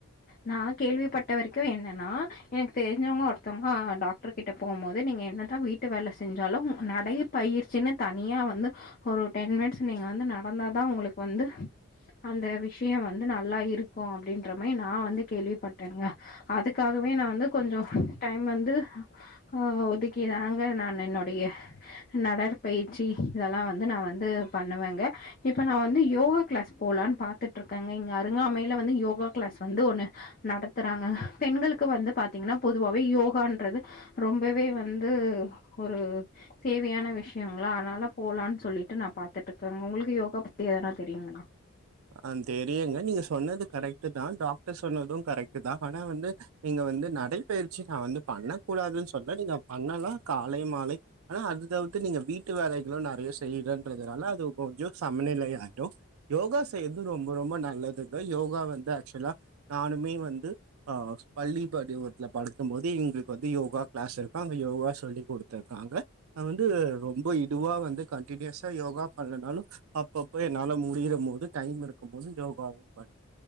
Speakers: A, on the left; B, on the right.
A: நா கேள்விப்பட்ட வரைக்கு என்னன்னா எனக்கு தெரிஞ்சவங்க ஒருத்தவங்க டாக் டர்கிட்ட போம் போது நீங்க என்னதா வீட்டு வேல செஞ்சாலு நடை பயிற்சின்னு தனியா வந்து ஒரு ஒரு டென் மினிட்ஸ் நீங்க வந்து நடந்தாதா உங்களுக் வந்து அந்த விஷ்யோ வந்து நல்லா இருக்கு அப்டின் ன்ற மேரி நா வந்து கேள்விப்பட்டேங்க அதுக்காகவே நா வந்து கொஞ்சோ டைம் வந்து ஆ ஒதுக்கி தாங்க நான் என்னுடைய நடற்பயிற்சி இதெல்லா வந்து நா வந்து பண்ணுவேங்க இப்ப நா வந்து யோகா கிளாஸ் போலான் பாத்துட்டு இருக்கேங்க இங்க அருங்காமையில வந்து யோகா கிளாஸ் வந்து ஒன்னு நடத்துறாங்க பெண்களுக்கு வந்து பாத்தீங்கன்னா பொதுவாவே யோகான்றது ரொம்பவே வந்து ஒரு தேவையான விஷயங்களா அனால போலான் சொல்லிட்டு நா பாத்துட் இருக்கேங்க உங்களுக்கு யோகா பத்தி எதனா தெரியுங்ளா
B: ஆ தெரியுங்க நீங்க சொன்னது கரெக்டு தா டாக்டர் சொன்னது கரெக்டு தா ஆனா வந்து நீங்க வந்து நடைப்பயிற்சி நா வந்து பண்ணக் கூடாதுன்னு சொல்லல நீங்க பண்ணலா காலை மாலை ஆனா அது தவிர்த்து நீங்க வீட்டு வேலைகளு நெறைய செய்றன்றதுனால அது கொஞ்ச சமநிலையாயிடு யோகா செய்றதும் ரொம்ப ரொம்ப நல்லதுங்க யோகா வந்து ஆக்சுவலா நானுமே வந்து ஆ பள்ளி படிவத்துல படிக்கும் போது எங்களுக்கு வந்து யோகா கிளாஸ் இருக்கும் அங்க யோகா சொல்லி கொடு துருக்காங்க நா வந்து ரொம்ப இதுவா வந்து கண்டடினியூஸா யோகா பண்லனாலு அப்பப்போ என்னால முடியிறம் போது டைம் இருக்கும்போது யோகா பண்ணுவ